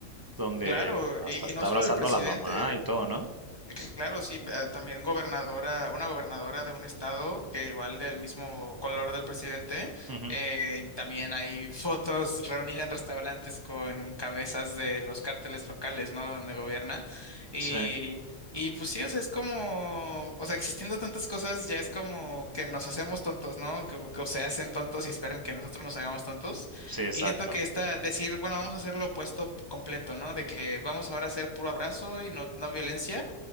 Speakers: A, on the right; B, on the left.
A: donde
B: claro,
A: hasta
B: y,
A: está
B: y no solo
A: abrazando
B: el presidente.
A: a la mamá y todo, ¿no?
B: Eh, que Claro, sí, eh, también gobernadora, una gobernadora de un estado que igual del mismo color del presidente,
A: Ujú.
B: eh, también hay <laughs> fotos reunidas en restaurantes con cabezas de los cárteles locales, ¿no? De donde gobierna. Y,
A: Sí,
B: y pues sí, o sea, es como, o sea, existiendo tantas cosas, ya es como que nos hacemos tontos, ¿no? Que- que- O, se hacen tontos y esperan que nosotros nos hagamos tontos.
A: sí, exacto,
B: Y siento que esta, decir, bueno, vamos a hacer lo opuesto completo, ¿no? De que vamos ahora a hacer puro abrazo y no, no violencia